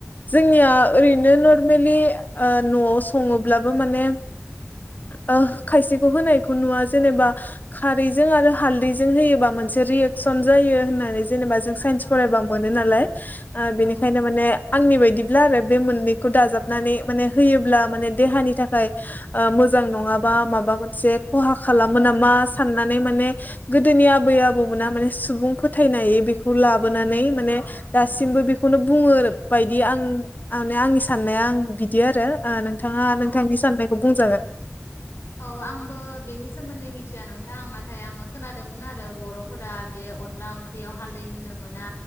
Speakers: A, on the left; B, on the left.
A: जोंनिया ओरैनो नरमेलि ओ न'आव सङोब्लाबो माने। ओ खायसेखौ होनायखौ नुवा जेनेबा। खारैजों आरो हालदैजों होयोबा मोनसे रियेक्सन जायो होननानै जेनेबा जों। साइन्स
B: औ
A: फरायबा मोनो नालाय ओ
B: औ
A: बेनिखायनो माने आंनि बायदिब्ला आरो बे मोननै। खौ दाजाबनानै
B: औ
A: माने होयोब्ला माने देहानि थाखाय ओ मोज मोजां नङाबा माबा मोनसे खहा खालामो नामा साननानै माने। गोदोनि आबै आबौमोना माने सुबुं फोथायनाय बेखौ लाबोनानै माने
B: औ
A: दा दासिमबो बेखौनो बुङो बायदि आं माने आंनि साननाया आं बिदि आरो ओ नोंथाङा
B: औ
A: नोंथांनि साननायखौ बुंजागोन।
B: औ आंबो बेनि सोमोन्दै मिथिया नोंथां नाथाय आङो। खोनादोंमोन आरो बर'फोरा बे अनला ओंख्रियाव हालदै होनो मोना।